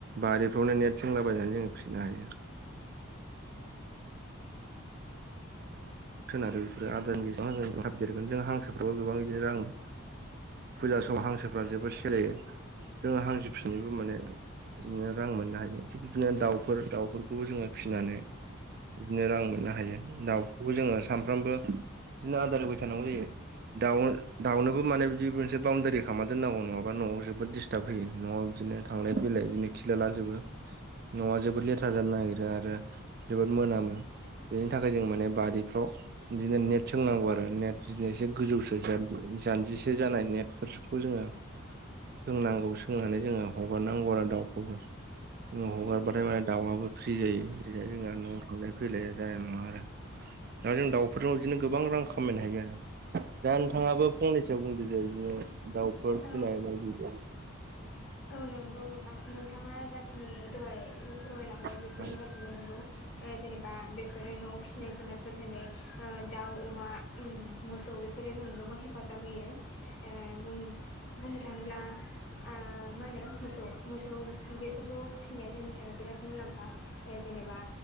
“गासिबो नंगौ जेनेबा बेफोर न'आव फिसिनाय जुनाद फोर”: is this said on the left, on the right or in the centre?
Left